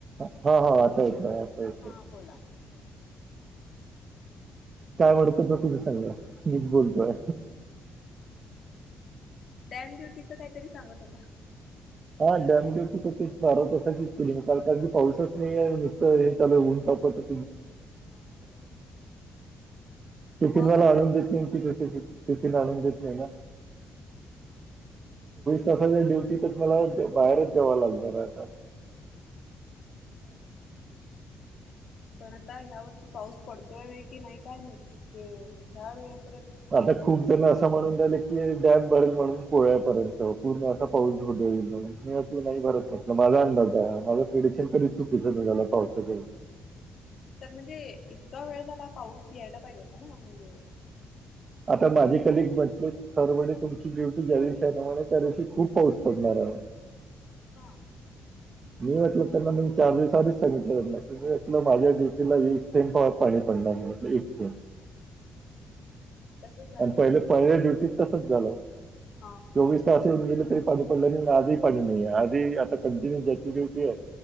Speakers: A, on the right; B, on the left.
A: हा हा आता यच आहे आतांच
B: हा
A: आहे...
B: बोला बोला...
A: काय म्हणत तो तुम्ही सांगा मीच बोलतोय...
B: डॅम ड्युटीच काहीतरी सांगत होता.
A: हा डॅमेव तर बारा तासाचीच केलीणी पाऊसच नाही आहे नुसतं हे त्याला ऊन टाप... त्या
B: हा
A: टिफिन
B: मग
A: मला
B: आता
A: आणूनेदेत नै न... टीफिन आनुण देत नाही ना...
B: हम्म हम् ह्...
A: त ज ड्युटी तरच मला बाहेरच जावं लागणार आता...
B: हा ते तर आहे... पण आता ह्या वर्षी पाऊस पडतोय की नाही काय ह्या वेळेस....
A: आता खूप जण असं म्हणून झालं की डॅम भरल म्हणून... कोळ्यापर्यंत पूर्ण असा पाऊस धईल मी त नाही भरत म्हटलं माझा अंदाज आहे माझ पिढ... कधी चुकीचं नाही झाला पावसाच्या...
B: तर म्हणजे इतका वेळ झाला पाऊस यायला पाहिजे होता ना म्हणजे...
A: आता माझी कलीग म्हटले सर म्हणे तुमची ड्युटी ज्या दिवशी आहे न म्ह त्या दिवशी खूप पाऊस पडणार आहे.
B: हा..
A: मी म्हटलं त्यांना मी चार दिवसा आधीच सांगितलं त्यांना की मी म्हटलं माझ्या ड्युटीला एक थेंब कवा पाणी पडणार... एक थेंब...
B: <unintelligible> तसच झालं
A: आणि
B: का
A: पहिले पहिल्या ड्युटीत तसंच झालं
B: हा
A: चोवीस तास येऊन गेले पाणी पडलं नाही आणि आजही पाणी नाहीये आधी आता कंटिन्यू ज्याची ड्युटी आहे